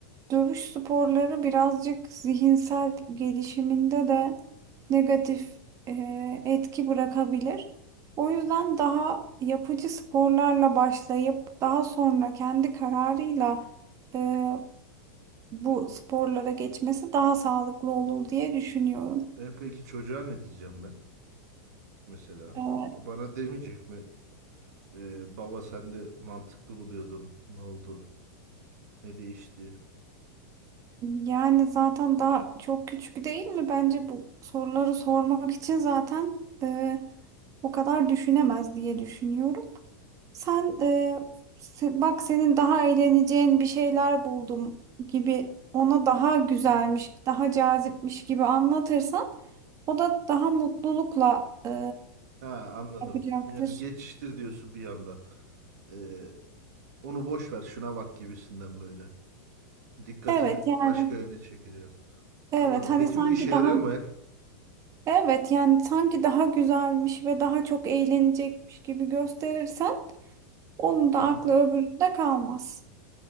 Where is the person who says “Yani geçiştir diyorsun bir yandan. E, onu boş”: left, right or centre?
Right